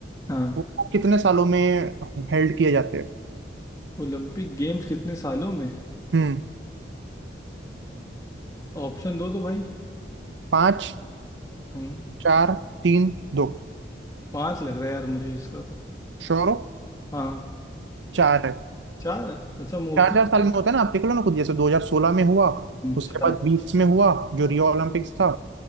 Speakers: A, on the left; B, on the right.
A: हाँ
B: वो वो कितने सालों में हेल्ड किए जाते हैं
A: ओलंपिक गेम्स कितने सालों में
B: हम्म
A: ऑप्शन दो तो भाई
B: पाँच
A: हम्म
B: चार तीन दो
A: पांच लग रहा है यार मुझे इसका तो
B: श्योर हो
A: हाँ
B: चार है
A: चार है अच्छा मोस्टली
B: चार चार साल में होता है ना आप देख लो ना खुद जैसे 2016 में हुआ
A: अच्छा
B: उसके बाद 20 में हुआ जो रियो ओलंपिक्स था